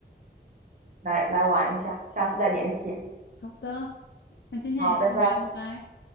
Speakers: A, on the right; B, on the left.
A: 来来玩一下，下次再联系。
B: 好的，那今天也到这儿，
A: 好，拜拜。
B: 拜拜。